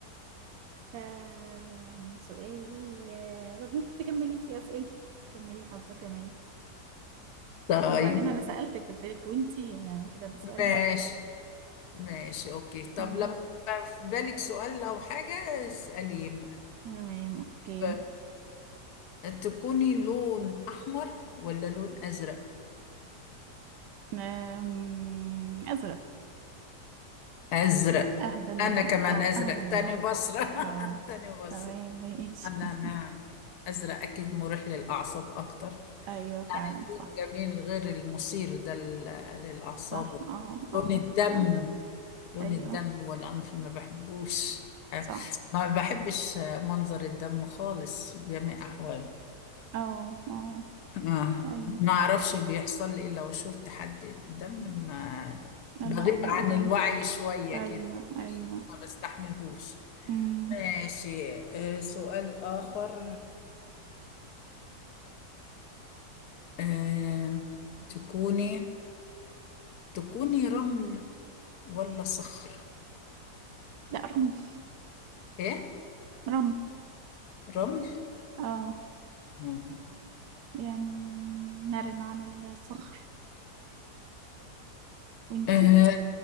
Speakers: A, on the right; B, on the left.
A: آه سؤالي آه طب ممكن تكملي انتي أسئلة تكملي حبة كمان
B: طيب
A: وبعدين أنا سألتك قلت لك وانتي يعني كده ده سؤال
B: ماشي
A: برضه
B: ماشي اوكي طب
A: مم.
B: لما يبقى في بالك سؤال او حاجه اساليه
A: تمام أوكي
B: طيب تكوني لون احمر ولا لون ازرق
A: آم، أزرق
B: ازرق
A: أهدى من
B: انا
A: ال
B: كمان
A: اه
B: ازرق
A: أهدى من
B: تاني
A: الأحمر
B: بصره
A: اه
B: <laughs> تاني بصره
A: تمام ماشي
B: أنا نعم
A: <laughs>
B: أزرق أكيد مريح للأعصاب أكتر
A: أيوه فعلا
B: لون
A: صح
B: جميل غير المثير ده لل- للأعصاب
A: صح اه
B: لون
A: اه
B: الدم
A: صح
B: لون
A: أيوه
B: الدم والعنف ما بحبوش آه،
A: صح
B: ما بحبش آه، منظر الدم خالص بجميع أحواله
A: اه اه
B: آه،
A: أيوه
B: ما أعرفش بيحصل لي إيه لو شفت حد دم ما
A: لا
B: بغيب
A: ما
B: عن
A: أقدرش
B: الوعي شوية
A: أيوه
B: كده
A: أيوه
B: ما بستحملهوش
A: مم.
B: ماشي آه، سؤال آخر آه تكوني تكوني رمل ولا صخر
A: لا رمل
B: ايه
A: رمل
B: رمل
A: اه
B: مم.
A: يعني مرن عن الصخر وانتي
B: آه